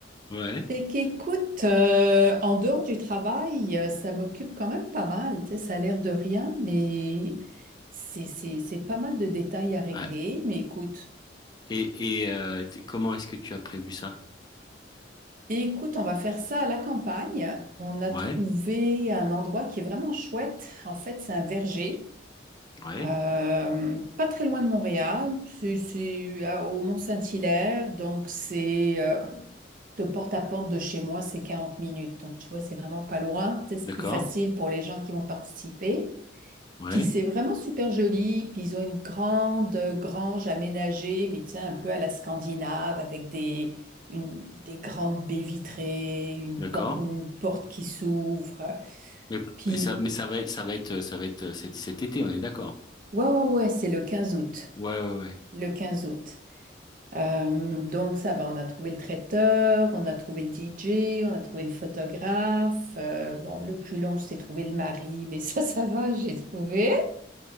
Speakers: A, on the left (about 25°); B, on the right (about 45°).
A: ouais,
B: Fait qu'écoute, euh, en dehors du travail, euh, ça m'occupe quand même pas mal. Tu sais, ça a l'air de rien, mais c'est, c'est, c'est pas mal de détails à régler.
A: ouais.
B: Mais écoute.
A: Et, et euh, t- comment est-ce que tu as prévu ça?
B: écoute, on va faire ça à la campagne. On a
A: Ouais,
B: trouvé un endroit qui est vraiment chouette. En fait, c'est un verger,
A: ouais,
B: euh, pas très loin de Montréal. C'est c'est, euh, au Mont-Saint-Hilaire, donc c'est euh, de porte à porte de chez moi, c'est 40 minutes. Donc tu vois, c'est vraiment pas loin. Peut-être C'est
A: d'accord,
B: plus facile pour les gens qui vont participer.
A: ouais,
B: Puis c'est vraiment super joli. Puis ils ont une grande euh, grange aménagée, mais tiens, un peu à la Scandinave, avec des, une- des grandes baies vitrées, une,
A: d'accord.
B: por- une porte qui s'ouvre.
A: Mais,
B: Puis,
A: mais ça, mais ça va être, ça va être, ça va être cet, cet été, on est d'accord.
B: ouais, ouais, ouais, c'est le 15 août.
A: Ouais, ouais, ouais.
B: Le 15 août. Euh, donc ça va, on a trouvé le traiteur, on a trouvé le DJ, on a trouvé le photographe. Euh, bon, le plus long, c'était trouver le mari, mais ça, ça va, j'ai trouvé.